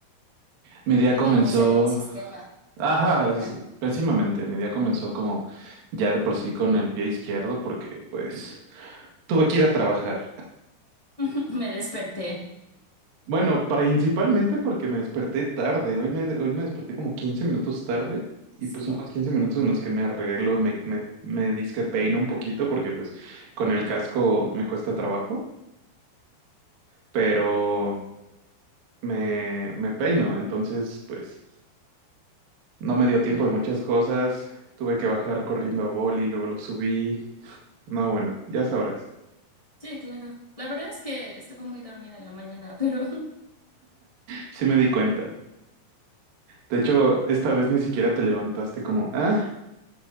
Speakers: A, on the right; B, on the left.
A: Mi día
B: Vivimos
A: comenzó,
B: en un sistema
A: ajá,
B: capital.
A: es- pésimamente. Mi día comenzó como ya de por sí con el pie izquierdo porque pues tuve que ir a trabajar.
B: <laughs> Me desperté.
A: Bueno, principalmente porque me desperté tarde. Hoy me, hoy me desperté como 15 minutos tarde y
B: ¿Sí?
A: pues son los 15 minutos en los que me arreglo, me, me, me dizque peino un poquito porque pues con el casco me cuesta trabajo, pero me, me peino. Entonces pues no me dio tiempo de muchas cosas. Tuve que bajar corriendo a boli, luego lo subí. No, bueno, ya sabrás.
B: Sí, claro. La verdad es que estaba muy dormida en la mañana, pero
A: Sí me di cuenta. De hecho, esta vez ni siquiera te levantaste como, ah,